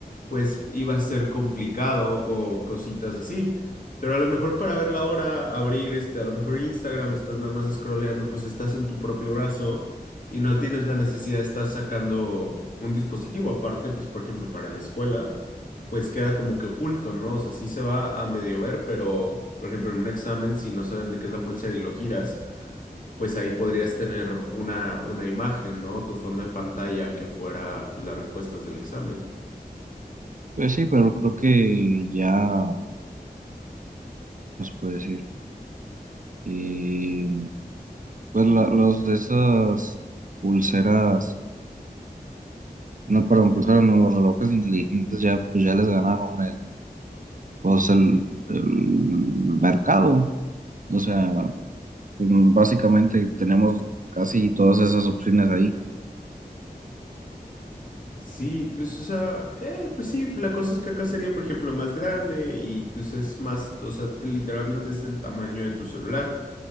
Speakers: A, on the left; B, on the right.
A: pues iba a ser complicado o cositas así. Pero a lo mejor para ver la hora, abrir este, a lo mejor Instagram, estás nada más scrolleando, pues estás en tu propio brazo y no tienes la necesidad de estar sacando un dispositivo aparte, pues por ejemplo para la escuela, pues queda como que oculto, ¿no? O sea, sí se va a medio ver, pero por ejemplo en un examen, si no saben de qué es la pulsera y lo giras, pues ahí podrías tener una, una imagen, ¿no? Tu fondo de pantalla que fuera pues las respuestas del examen.
B: Pues sí, pero creo que ya, no se puede decir. Y pues la- los de esas pulseras, no, perdón, pulseras, no, los relojes inteligentes ya, pues ya les ganaron el, pues el, el mercado. O sea, pues, básicamente tenemos casi todas esas opciones ahí.
A: Sí, pues o sea, eh, pues sí, la cosa es que acá sería, por ejemplo, más grande y pues es más, o sea, literalmente es del tamaño de tu celular.